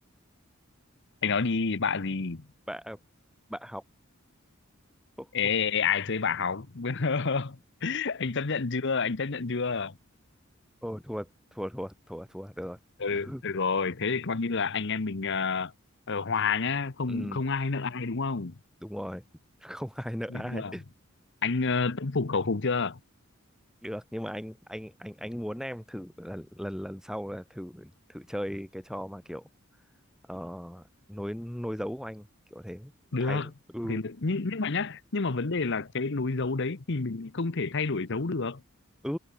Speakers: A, on the left; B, in the centre.
A: Anh nói đi, bạ gì?
B: bạn bạn học
A: Ê, ai chơi bạ hóng? <laughs> anh chấp nhận chưa? Anh chấp nhận chưa?
B: Ôi thua thua thua thua thua được rồi
A: ừ,
B: <laughs>
A: được rồi thế thì coi như là anh em mình ờ, ờ, hòa nhá không
B: ừ,
A: không ai nợ ai đúng không
B: đúng rồi không ai nợ
A: được
B: ai
A: chưa anh ờ, tâm phục khẩu phục chưa
B: được nhưng mà anh anh anh anh muốn em thử lần lần lần sau là thử thử chơi cái trò mà kiểu ờ, nối nối dấu của anh kiểu thế
A: được
B: thay ừ
A: thì nhưng nhưng mà nhá nhưng mà vấn đề là cái nối dấu đấy thì mình không thể thay đổi dấu được
B: ừ